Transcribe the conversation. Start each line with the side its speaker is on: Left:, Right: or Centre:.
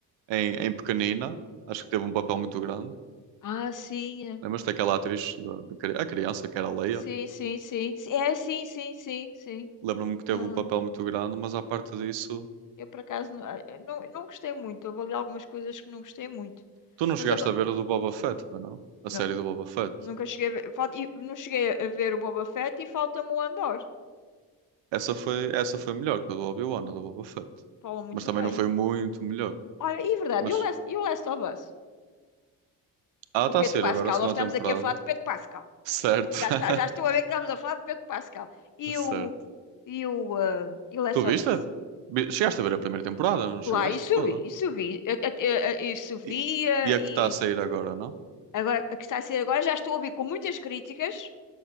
Right: em, em pequenina, acho que teve um papel muito grande.
Left: Ah, sim, é.
Right: Lembras-te daquela atriz, da- da cri- a criança que era a Leia?
Left: sim, sim, sim. sim, É, sim, sim, sim, sim.
Right: Lembro-me que teve
Left: Eu,
Right: um
Left: me
Right: papel
Left: lembro.
Right: muito grande, mas à parte disso,
Left: Eu, por acaso não, eh, não, não gostei muito. Houve ali algumas coisas que não gostei muito.
Right: tu não
Left: Mas
Right: chegaste
Left: agora,
Right: a ver a do Boba Fett, pois não? A
Left: não,
Right: série do Boba Fett.
Left: nunca cheguei a ver, fal- e não cheguei a ver o Boba Fett e falta-me o Andor.
Right: Essa foi, essa foi melhor que a do Obi-Wan, a do Boba Fett.
Left: Falam muito
Right: Mas também
Left: bem.
Right: não foi muito melhor.
Left: Olha, e é verdade,
Right: Mas,
Left: e o Last, e o Last of Us?
Right: ah,
Left: Com
Right: está
Left: o Pedro
Right: a ser
Left: Pascal,
Right: agora a segunda
Left: nós estamos
Right: temporada.
Left: aqui a falar de Pedro Pascal.
Right: Certo.
Left: Já
Right: <laughs>
Left: está, já estou a ver que estamos a falar de Pedro Pascal. E
Right: Certo.
Left: o, e o, ah, e o Last
Right: Tu
Left: of
Right: viste?
Left: Us?
Right: Vi- Chegaste a ver a primeira temporada, não
Left: Lá,
Right: chegaste?
Left: isso
Right: Toda.
Left: vi, isso vi. Eu- eu- eu- Isso via
Right: E, e a
Left: e
Right: que está a sair agora, não?
Left: agora, a que está a ser agora, já estou a ouvir com muitas críticas,